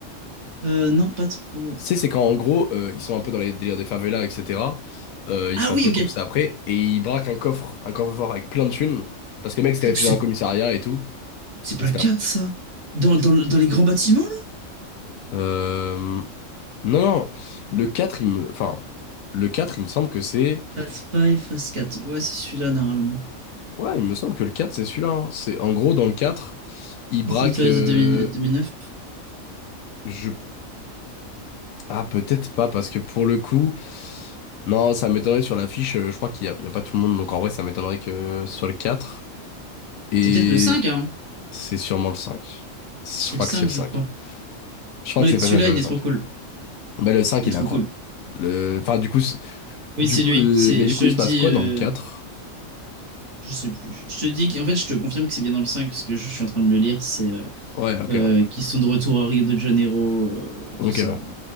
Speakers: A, on the right (about 60°); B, on the left (about 80°).
A: euh, non, pas trop.
B: Tu sais, c'est quand en gros, euh, ils sont un peu dans les délires des favelas, etc. Euh, ils
A: Ah
B: sont un
A: oui,
B: peu
A: ok.
B: coursés après, et ils braquent un coffre, un coffre-fort avec plein de thunes, parce que le mec s'était réfugié
A: C'est
B: dans un commissariat et tout,
A: c'est pas
B: et c'était
A: le 4
B: un-
A: ça. Dans, dans, dans les grands bâtiments, là?
B: Euh... Non, non, le 4 il me... Enfin, le 4 il me semble que c'est...
A: Phase 5, Phase quatre Ouais, c'est celui-là, normalement.
B: Ouais, il me semble que le 4 c'est celui-là. hein. C'est en gros dans le 4, il
A: Fast
B: braque
A: and Furious
B: euh,
A: de deux mille deux mille neuf
B: je ah peut-être pas parce que pour le coup non, ça m'étonnerait sur l'affiche, euh, je crois qu'il y a, il y a pas tout le monde donc en vrai ça m'étonnerait que ce soit le 4 et
A: C'est peut-être le 5 hein.
B: c'est sûrement le 5. Je
A: C'est
B: crois
A: le 5,
B: que c'est le
A: je
B: 5.
A: crois.
B: Je crois
A: Oui,
B: que c'est Fast
A: celui-là,
B: and Furious
A: il est
B: cinq.
A: trop cool.
B: Mais le cinq
A: Il
B: il
A: est trop
B: est incroyable.
A: cool.
B: Le enfin du coup c'est-
A: Oui,
B: du
A: c'est
B: coup
A: lui.
B: le
A: C'est,
B: mais du
A: je
B: coup
A: te le
B: il
A: dis,
B: se passe quoi
A: euh,
B: dans le quatre
A: je sais plus. Je te dis qu'en fait, je te confirme que c'est bien dans le 5, parce que je, je suis en train de le lire. C'est euh,
B: Ouais, OK.
A: euh, qu'ils sont de retour à Rio de Janeiro, euh,
B: OK.
A: tout ça.
B: ouais.